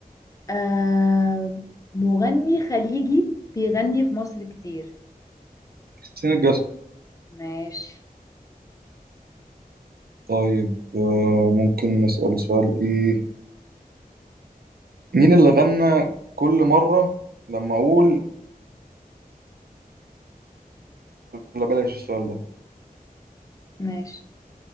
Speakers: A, on the left (about 20°); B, on the right (about 80°).
A: آه مغني خليجي بيغني في مصر كتير
B: حسين الجسمي
A: ماشي
B: طيب آه، ممكن نسأل سؤال إيه مين اللي غنى كل مرة لما أقول ولا بلاش السؤال ده
A: ماشي